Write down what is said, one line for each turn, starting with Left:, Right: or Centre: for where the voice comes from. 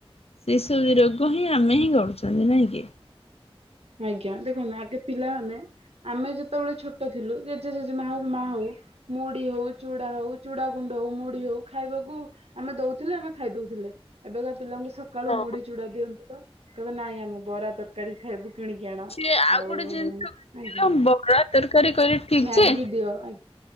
Left: ସେଇସବୁ ରୋଗ ହିଁ ଆମେ ହିଁ ଗଢୁଛନ୍ତି ନାଇଁ କି।
Right: ଆଜ୍ଞା ଦେଖନ୍ତୁ ଆଗେ ପିଲାମାନେ। ଆମେ ଯେତେବେଳେ ଛୋଟ ଥିଲୁ ଜେଜେ ଜେଜେମା ହଉ ମା ହଉ ମୁଢ଼ି ହଉ ଚୁଡା ହଉ ଚୁଡା ଗୁଣ୍ଡ ମୁଢି ହଉ ଖାଇବାକୁ ଆମେ ଦଉଥିଲେ ଆମେ ଖାଇ ଦଉଥିଲେ ଏବେକା ପିଲାଙ୍କୁ ସକାଳୁ
Left: ହଁ।
Right: ମୁଢି ଚୁଡା ଦିଅନ୍ତୁ ତ କହିବେ ନାଇଁ ଆମେ ବରା ତରକାରୀ ଖାଇବୁ। ସବୁ କିଣିକି ଆଣ
Left: ସିଏ
Right: ଆଉ
Left: ଗୋଟେ ଜିନିଷ
Right: ଆଜ୍ଞା
Left: ବରା ତରକାରୀ କହିଲେ ଠିକ
Right: ମ୍ୟାଗି
Left: ଯେ
Right: ଦିଅ ଆ